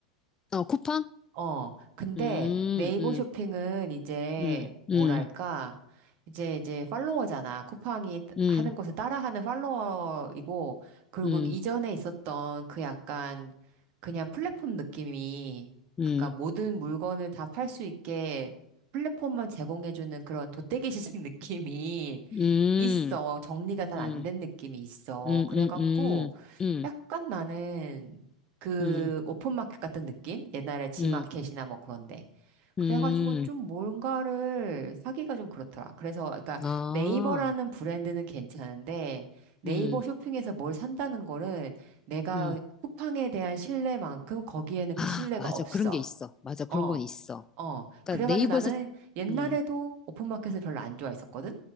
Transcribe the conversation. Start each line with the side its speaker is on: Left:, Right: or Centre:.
Left: 어, 쿠팡?
Right: 어, 근데
Left: 음,
Right: 네이버
Left: 음,
Right: 쇼핑은 이제,
Left: 음,
Right: 뭐랄까,
Left: 음,
Right: 이제, 이제 팔로워잖아. 쿠팡이
Left: 음,
Right: 하는 것을 따라하는 팔로워이고, 그리고
Left: 음,
Right: 이전에 있었던 그 약간, 그냥 플랫폼 느낌이,
Left: 음,
Right: 그니까 모든 물건을 다 팔 수 있게 플랫폼만 제공해주는 그런 돗대기 시장 <laughs> 느낌이,
Left: 음,
Right: 있어. 정리가 잘
Left: 음,
Right: 안 된 느낌이 있어.
Left: 음,
Right: 그래갖고,
Left: 음, 음, 음,
Right: 약간 나는 그
Left: 음,
Right: 오픈마켓 같은 느낌? 옛날에 지마켓이나
Left: 음,
Right: 뭐 그런데.
Left: 음,
Right: 그래가지고 좀 뭔가를 사기가 좀 그렇더라. 그래서, 그러니까
Left: 아,
Right: 네이버라는 브랜드는 괜찮은데, 네이버
Left: 음,
Right: 쇼핑에서 뭘 산다는 거는 내가
Left: 음.
Right: 쿠팡에 대한 신뢰만큼 거기에는 그
Left: 아,
Right: 신뢰가
Left: 맞아.
Right: 없어.
Left: 그런 게 있어. 맞아. 그런
Right: 어.
Left: 건 있어.
Right: 어.
Left: 그러니까
Right: 그래가지고
Left: 네이버에서,
Right: 나는 옛날에도
Left: 음,
Right: 오픈마켓을 별로 안 좋아했었거든?